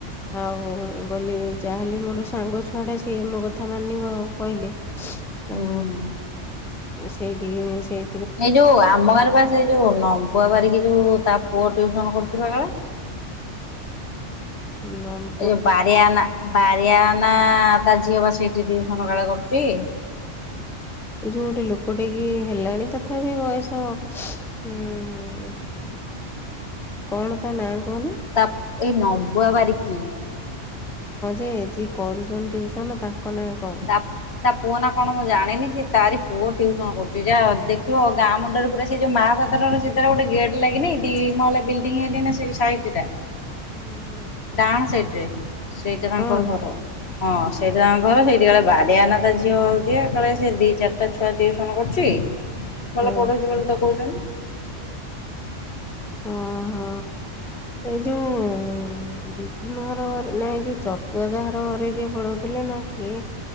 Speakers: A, in the centre; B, on the left.
A: ଆଉ ଗଲି ଯାହାହେଲେ ମୋର ସାଙ୍ଗ ଛୁଆଟା ସିଏ ମୋ କଥା ମାନିବ। କହିଲି
B: ହୁଁ।
A: ଆଉ ସେଇଠିକି ସେଇ
B: ଏଇ ଯୋଉ ଆମ ଗାଁ ରେ ପା ସେ ଯୋଉ ନମ୍ବ ବାରିକି ଯୋଉ ତା ପୁଅ ଟ୍ୟଉସନ କରୁଛି ପା କା ଲେ?
A: ଲମ୍ବ
B: ଏ ଯୋଉ ବାରିଆ ନା ବାରିଆ ନା ତା ଝିଅ ବା ସେଇଠି ଟିଉସନ କାଳେ କରୁଛି।
A: ଏଇ ଯୋଉ ଗୋଟେ ଲୋକଟେ କି ହେଲାଣି ତଥାପି ବୟସ ଉଁ କଣ ତା ନାଁ କୁହନି?
B: ତା ଏ ନମ୍ବୁଆ ବାରିକି।
A: ହଁ ଯେ ଯିଏ କରୁଛନ୍ତି ଟିଉସନ ତାଙ୍କ ନାଁ କଁ?
B: ତା ତା ପୁଅ ନା କଣ ମୁଁ ଜାଣିନି ସେ ତାରି ପୁଅ ଟିଉସନ କରୁଛି ଯାଅ ଦେଖିବ ଗାଁ ମୁଣ୍ଡରେ ପୁରା ସେ ଯଉ ମାହାପାତ୍ର ର ସିଧାରେ ଗୋଟେ ଗେଟ୍ ଲାଗନି ଦି ମହଲା ବିଲଡିଂ ହେଇନି ନା ସାଇଟି ଟା।
A: ହୁଁ, ହୁଁ।
B: ଡାହାଣ ସାଇଟ୍ ରେ ସେଇଟା ତାଙ୍କ
A: ହଁ
B: ଘର ହଁ ସେଇଟା ତାଙ୍କ ଘର ସେଇ କି କାଳେ ବାଡ଼ିଆ ନା ତା ଝିଅ ହଉଛି ଆ କାଳେ ସିଏ ଦି ଚାରିଟା ଛୁଆ ଟିଉସନ କରୁଛି। ଭଲ
A: ହଁ ହଁ
B: ପଢ଼ଉଛି ବୋଲି ତ କହୁଛନ୍ତି।
A: ଅ, ହଁ, ଏଇ ଯୋଉ ଉଁ। ବିଭୁନ୍ନ ଘର ଘରେ ନା ଏ ଯୋଉ ଚଟୁଆଦା ଘର ଘରେ ଯିଏ ପଢ଼ଉଥିଲେ ନା କିଏ